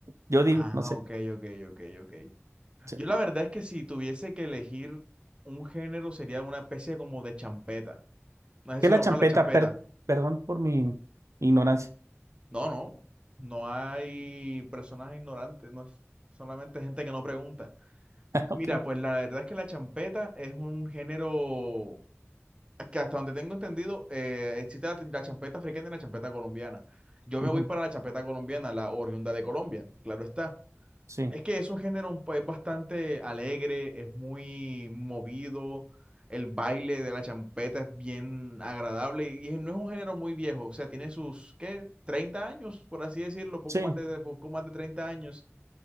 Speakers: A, on the right; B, on the right.
A: yo digo,
B: Ah,
A: no sé.
B: ok, ok, ok, ok.
A: Sí.
B: Yo la verdad es que si tuviese que elegir un género sería una especie como de champeta. No sé
A: ¿Qué
B: si
A: es
B: conozcas
A: la champeta?
B: la champeta.
A: Per- perdón por mi ignorancia.
B: No, no. No hay personas ignorantes, no es solamente gente que no pregunta.
A: <laughs> Ok.
B: Mira, pues la verdad es que la champeta es un género que hasta donde tengo entendido, eh, existe la, la champeta africana y la champeta colombiana. Yo
A: Ujú.
B: me voy para la champeta colombiana, la oriunda de Colombia, claro está.
A: Sí,
B: Es que es un género un po- es bastante alegre, es muy movido, el baile de la champeta es bien agradable y es- no es un género muy viejo, o sea, tiene sus, ¿qué? 30 años, por así decirlo, poco
A: sí,
B: más de, poco más de 30 años.